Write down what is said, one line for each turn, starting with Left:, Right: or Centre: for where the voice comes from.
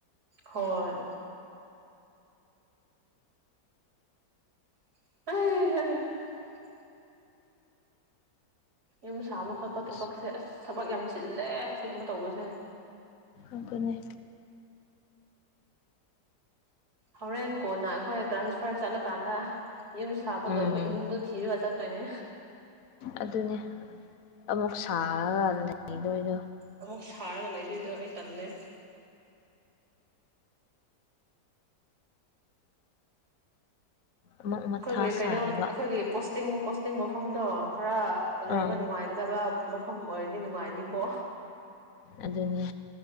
Right: ꯍꯣꯏ <unintelligible> ꯌꯨꯝ ꯁꯥꯕ ꯈꯜ ꯄꯊꯕꯛꯁꯦ
Left: ꯑꯁ
Right: ꯊꯕꯛ ꯌꯥꯝ ꯆꯤꯜꯂꯦ ꯁꯤꯒꯨꯝꯕ ꯇꯧꯕꯁꯦ
Left: ꯑꯗꯨꯅꯤ
Right: ꯍꯣꯔꯦꯟ ꯀꯣꯟꯅ ꯑꯩꯈꯣꯏ ꯇ꯭ꯔꯥꯟꯁꯐꯔ ꯆꯠꯂꯀꯥꯟꯗ ꯌꯨꯝ ꯁꯥꯕ
Left: ꯎꯝ
Right: ꯂꯣꯏꯕ ꯏꯃꯨꯡꯗꯣ ꯊꯤꯔꯨꯒ ꯆꯠ ꯇꯣꯏꯅꯦ
Left: ꯑꯗꯨꯅꯦ ꯑꯃꯨꯛ ꯁꯥꯔꯒ ꯂꯩꯗꯣꯏꯗꯣ
Right: ꯑꯃꯨꯛ ꯁꯥꯔꯒ ꯂꯩꯗꯣꯏꯗꯣ ꯑꯩ ꯇꯜꯂꯦ
Left: ꯑꯃꯨꯛ ꯃꯊꯥ
Right: ꯑꯩꯈꯣꯏꯒꯤ
Left: ꯁꯥꯏꯕ
Right: ꯀꯩꯅꯣ ꯑꯩꯈꯣꯏꯒꯤ ꯄꯣꯁ ꯄꯣ ꯇꯤꯡ ꯄꯣꯁꯇꯤꯡ ꯃꯐꯝꯗꯣ ꯈꯔ ꯂꯩꯕ
Left: ꯑꯥ
Right: ꯅꯨꯡꯉꯥꯏꯒꯗꯕ ꯃꯐꯝ ꯑꯣꯏꯔꯗꯤ ꯅꯨꯡꯉꯥꯏꯅꯤꯕꯣ
Left: ꯑꯗꯨꯅꯦ